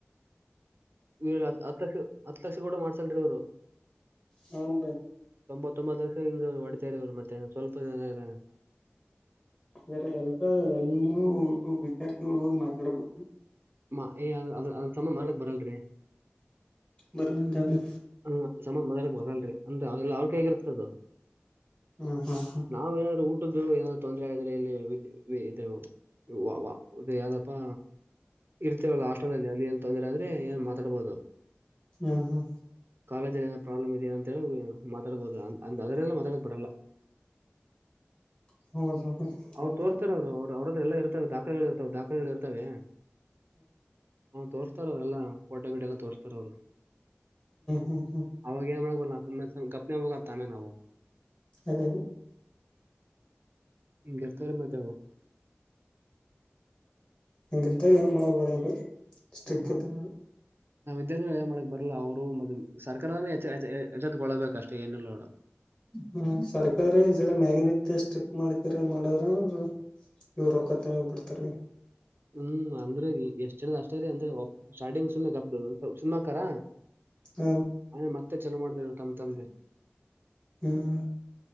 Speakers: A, on the right; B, on the left.
A: ಈ ಹತ್ತು ಲಕ್ಷ ಹತ್ತು ಲಕ್ಷ ಕೂಡ ಮಾಡ ಸಲ್ ಅವರು
B: ಹ್ಮ
A: ತೊಂಬತ್ತೊಂಬತ್ ಲಕ್ಷ ಹಿಂಗ ಹೊಡ್ತೇರಿ ಇವರು ಮತ್ತೆ ಸ್ವಲ್ಪ ಜನ
B: ಬೇರೆ ಎಲ್ರ ಎಲ್ರೂ ಇದು ವಿದ್ಯಾರ್ಥಿಗಳು ಹೋಗಿ ಮಾತಾಡ್ಬೇಕ
A: ಮಾ ಏ ಅ ಅದ ತಮ್ಮ ಮಾಡಕ್ ಬರಲ್ರಿ
B: ಬರ್ಲನ್ ಜಾವ
A: ಹ ಸಮನ್ ಮೊದಲಕ್ ಮಗಲ್ರಿ ಅಂದ್ರೆ ಎಲ್ಲ ಅವ್ರಕ ಹೇಗಿರ್ತದು
B: ಹ್ಮ್ ಹ್ಮ್
A: ನಾವ್ ಏನಾದ್ೂ ಊಟದ್ದು ಏನಾದ ತೊಂದರೆ ಆದ್ರೆ ಇಲ್ಲಿ ಇದು ಹದ ಯಾವ್ದಪ್ಪಾ ಇರ್ತೇವಲ್ಲ ಹಾಸ್ಟೆಲ್ಲ್ಲಿ ಅಲ್ಲಿಲ್ಲಿ ತೊಂದ್ರೆ ಆದ್ರೆ ಏನ್ ಮಾತಾಡ್ಬಹದು.
B: ಹ್ಮ್ ಹ್ಮ್
A: ಕಾಲೇಜಲ್ಲಿ ಏನ ಪ್ರಾಬ್ಲಮ್ ಇದಾ ಅಂತ ಹೇಳಿ ಮಾತಾಡಬಹದು ಅದ್ರೆಲ್ಲ ಮಾತಾಡಕ್ ಬರಲ್ಲ.
B: <unintelligible> ಹ್ಮ್
A: ಅವ್ರು ತೋರಿಸ್ತಾರ ಅವ್ರು ಅವ್ರ ಅವ್ರ ಹತ್ರ ಎಲ್ಲ ಇರ್ತಾವೆ ದಾಖಲೆಗಳು ಇರ್ತಾವೆ ದಾಖಲೆಗಳು ಇರ್ತವೆ ಅವ್ನು ತೋರಿಸ್ತಾರ ಅವ್ರೆಲ್ಲ ಫೋಟೋ ಗಿಡ ಎಲ್ಲ ತೋರಿಸ್ತಾರ ಅವ್ರು
B: ಹ್ಮ್ ಹ್ಮ್
A: ಅವಾಗ ಏನ್ ಮಾಡಕ್ ಬರಲ್ಲ ಸುಮ್ಮನೆ ಸುಮ್ ಗಪ್ನೆ ಹೋಗೋದ್ ತಾನೇ ನಾವು
B: ಅದೇ
A: ಹಿಂಗ್ ರ್ತರ ಮತ್ ಅವು
B: ಇಂಗ್ದ ಏನ ಮಳಗೆ ಬರಲ್ಲರಿ. <unintelligible>
A: ಆಹಾ. ನಾವ್ ಇದ್ದಿದ್ರೆ ಏನ್ ಮಾಡಕ್ ಬರಲ್ಲ ಅವರು ಮತ್ತೆ ಸರ್ಕಾರನೇ ಎಚ್ಚ ಎಚ್ಚ- ಎಚ್ಚೆತ್ಕೊಳ್ಬೇಕು ಅಷ್ಟೇ ಏನಿಲ್ಲ ನೋಡು
B: ಹ್ಮ ಸರ್ಕಾರ ಮ್ಯಾಗನ ಇತ್ ಸ್ಟ್ರಿಕ್ ಮಾಡ್ಕ್ರ ಮಾಡ್ರ ಅಂದ್ರ ಇವರು ರೊಕ್ಕತ್ ಬಿಡ್ತಾ ರೀ.
A: ಹ್ಮ್ ಅಂದ್ರೆ ಎಷ್ಟ್ ಚಲದ್ ಅಷ್ಟದೆ ಅಂದ್ರೆ ಸ್ಟಾರ್ಟಿಂಗ್ ಸುಮ್ನೆ ಗಬ್ ಸುಮ್ಮಾಕರ
B: ಹ
A: ಆಮೇಲೆ ಮತ್ತೆ ಚಲೋ ಮಾಡ್ತ ತಮ್ಮ ತಮ್ದೆ
B: ಹ್ಮ್